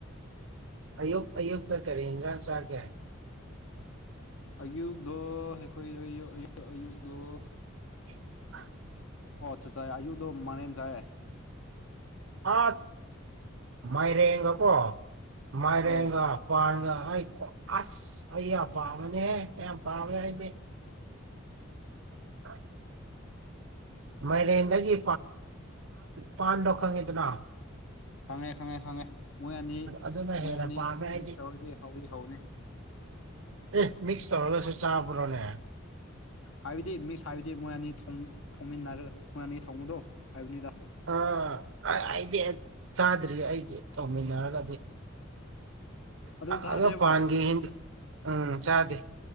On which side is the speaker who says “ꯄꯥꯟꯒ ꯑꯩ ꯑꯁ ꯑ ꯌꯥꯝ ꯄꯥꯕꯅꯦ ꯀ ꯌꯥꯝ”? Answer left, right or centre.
Right